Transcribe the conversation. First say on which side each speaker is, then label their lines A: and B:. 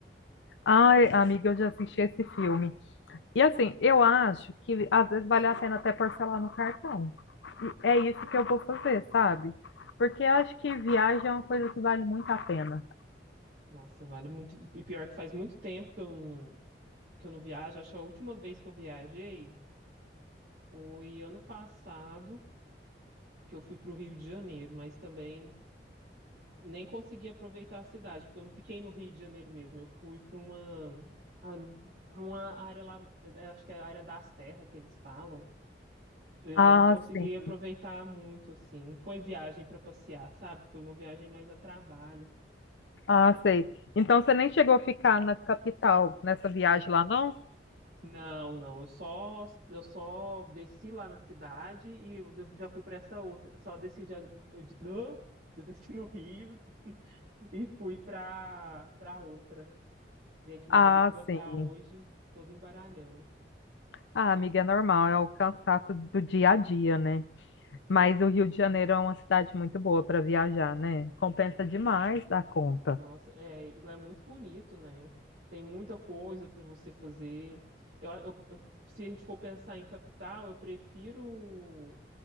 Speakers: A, on the left; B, on the right.
A: Ai, amiga, eu já assisti esse filme. E assim, eu acho que às vezes vale a pena até parcelar no cartão. E é isso que eu vou fazer, sabe? Porque eu acho que viagem é uma coisa que vale muito a pena.
B: Nossa, vale muito. E pior que faz muito tempo que eu não, que eu não viajo. Acho que a última vez que eu viajei foi ano passado, que eu fui para o Rio de Janeiro, mas também nem consegui aproveitar a cidade, porque eu não fiquei no Rio de Janeiro mesmo. Eu fui para uma, para uma área lá, acho que é a área da Serra que eles falam
A: Ah,
B: Mas não consegui
A: sim.
B: aproveitar muito, assim. Não foi viagem para passear, sabe? Foi uma viagem mais a trabalho.
A: Ah, sei. Então você nem chegou a ficar na capital nessa viagem lá, não?
B: Não, não. Eu só, eu só desci lá na cidade e eu já fui para essa outra. Eu Só desci já, eu, de- eu desci no Rio e fui para para outra. Gente, minha
A: Ah,
B: língua tá
A: sim.
B: hoje toda embaralhando.
A: Ah, amiga, é normal, é o cansaço do dia a dia, né? Mas o Rio de Janeiro é uma cidade muito boa para viajar, né? Compensa demais da conta.
B: Nossa, é, e lá é muito bonito, né? Tem muita coisa para você fazer. eu, eu- eu- se a gente for pensar em capital, eu prefiro